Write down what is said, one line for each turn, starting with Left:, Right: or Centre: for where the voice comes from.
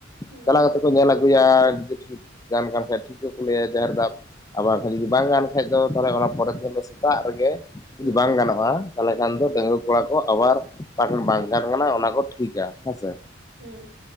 Right: ᱦᱮᱸ
Left: ᱪᱟᱞᱟᱣ ᱠᱟᱛᱮ ᱠᱚ ᱧᱮᱞ ᱟᱹᱜᱩᱭᱟ ᱡᱩᱫᱤ ᱴᱷᱤᱠ ᱜᱟᱱ ᱠᱟᱱ ᱠᱷᱟᱡ ᱴᱷᱤᱠ ᱜᱮᱠᱚ ᱞᱟᱹᱭᱟ ᱡᱟᱦᱮᱸᱨ ᱫᱟᱵ ᱟᱨ ᱡᱩᱫᱤ ᱵᱟᱝ ᱜᱟᱱ ᱠᱷᱟᱡ ᱟᱫᱚ ᱛᱟᱦᱚᱞᱮ ᱚᱱᱟ ᱯᱚᱨᱮ ᱥᱮᱫ ᱫᱚ ᱥᱮᱛᱟᱜ ᱨᱮᱜᱮ
Right: ᱦᱮᱸ
Left: ᱡᱩᱫᱤ ᱵᱟᱝ ᱜᱟᱱᱚᱜᱼᱟ ᱛᱟᱦᱚᱞᱮ ᱠᱷᱟᱱ
Right: ᱦᱮᱸ
Left: ᱫᱚ ᱰᱟᱸᱜᱩᱭᱟ ᱠᱚᱲᱟ ᱠᱚ ᱟᱵᱟᱨ ᱚᱠᱟ ᱴᱷᱮᱱ ᱵᱟᱝ ᱜᱟᱱ ᱟᱠᱟᱱᱟ ᱚᱱᱟ ᱠᱚ ᱴᱷᱤᱠᱟ ᱦᱮᱸᱥᱮ
Right: ᱦᱮᱸ